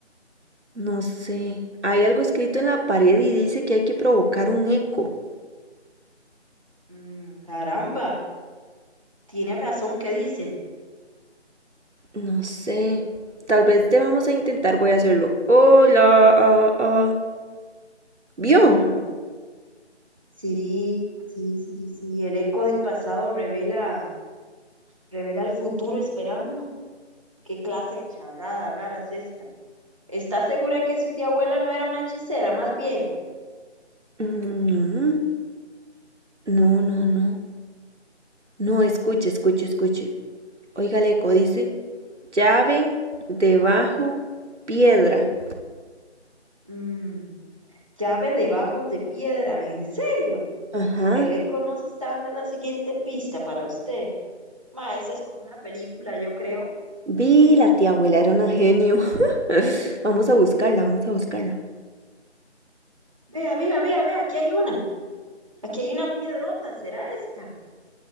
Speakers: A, on the right (about 75°); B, on the right (about 30°).
A: no sé. Hay algo escrito en la pared y dice que hay que provocar un eco.
B: Mm, caramba, tiene razón, ¿qué dice?
A: No sé. Tal vez debamos a intentar, voy a hacerlo. Hola, ah, ah. ¿Vio?
B: Mm, sí, sí, sí, sí, el eco del pasado revela Revela el futuro esperando. ¿Qué clase de charrada rara es esta? ¿Está segura que su tía abuela no era una hechicera, más bien?
A: Mm, No, no, no, no. No, escuche, escuche, escuche. Oiga el eco, dice. llave, debajo, piedra.
B: Mm, llave debajo de piedra, ¿en serio?
A: Ajá.
B: El eco nos está dando la siguiente pista para usted. Ma, esa es como una película, yo creo.
A: Vi, la tía abuela era una genio. <laughs> Vamos a buscarla, vamos a buscarla.
B: Vea, vea, vea, vea, aquí hay una. Aquí hay una piedrota, ¿será esta?